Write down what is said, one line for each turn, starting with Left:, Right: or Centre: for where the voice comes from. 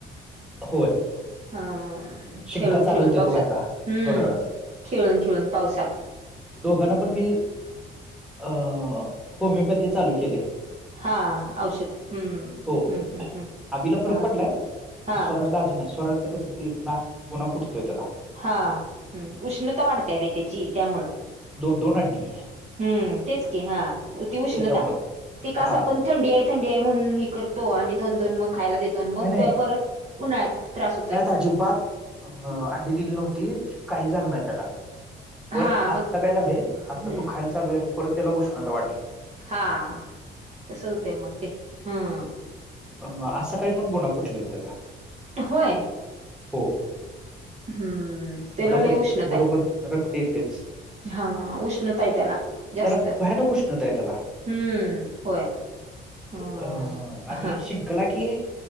Centre: होय.
Right: हम
Centre: शिंका
Right: खेळून
Centre: चालू
Right: खेळून
Centre: होत्यात
Right: पावसात,
Centre: बघ आता
Right: हम्म,
Centre: थोड्या वेळानं
Right: खेळून खेळून पावसात.
Centre: दोघांना पण मी, अ, होमिओपॅथी चालू केलय.
Right: हा औषध, हम्म
Centre: हो
Right: हम्म हम्म हम्म,
Centre: आबीला फरक
Right: हा.
Centre: पडलाय
Right: हा
Centre: स्वराजला अजून स्वराजचं कस ते नाक गुन्हा फुटतोय त्याला.
Right: हा, हम उष्णता वाढत्या रे त्याची त्यामुळं.
Centre: दोन दोन अंडी.
Right: हम्म तेच की हा ती उष्णता,
Centre: त्याच्यामुळं
Right: ते कसं
Centre: हा
Right: पण थंडी आहे थंडी आहे म्हणून हे कर तो आणि दोन दोन मग खायला देतो आणि
Centre: नाही
Right: मग ते परत उन्हाळ्यात त्रास होतोय.
Centre: अजीबात अ अंडी दिली नव्हती, काही झालं नाही त्याला. पण
Right: हा मग
Centre: आत्ता काय झालय आत्ता
Right: हम्म
Centre: तो खाय चालू झाल्या परत त्याला उष्णता वाढली.
Right: हा, तस होतय मग ते. हं
Centre: आज सकाळी पण गुन्हा फुटलेला त्याचा.
Right: होय.
Centre: हो,
Right: हम्म त्याला
Centre: गुन्हाफूटतो
Right: लई उष्णता
Centre: बरोबर
Right: आहे
Centre: रक्त येतच.
Right: हा उष्णता हाय त्याला. जास्त
Centre: त्याला भयानंक उष्णता हाय त्याला.
Right: हम्म होय हम्म
Centre: अं आणि
Right: हा
Centre: शिंकला की